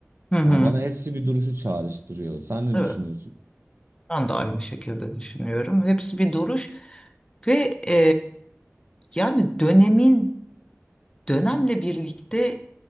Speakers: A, on the left (about 20°); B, on the right (about 55°).
A: Hı hı.
B: Yani bana hepsi bir duruşu çağrıştırıyor. Sen ne
A: Evet.
B: düşünüyorsun?
A: Ben de aynı şekilde düşünüyorum. Hepsi bir duruş ve e, yani dönemin dönemle birlikte